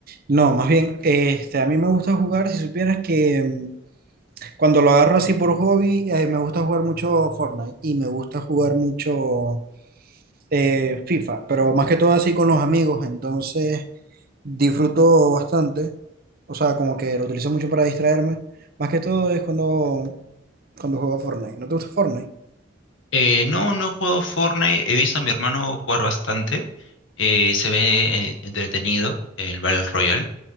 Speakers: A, on the right; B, on the left.
A: no, más bien, este, a mí me gusta jugar, si supieras que mm, cuando lo agarro así por hobby, eh, me gusta jugar mucho Fortnite y me gusta jugar mucho eh, FIFA, pero más que todo así con los amigos, entonces disfruto bastante, o sea, como que lo utilizo mucho para distraerme, más que todo es cuando, cuando juego Fortnite. ¿No te gusta Fortnite?
B: Eh, no, no he jugado Fortnite, he visto a mi hermano jugar bastante, eh, se ve eh, entretenido el Battle Royale.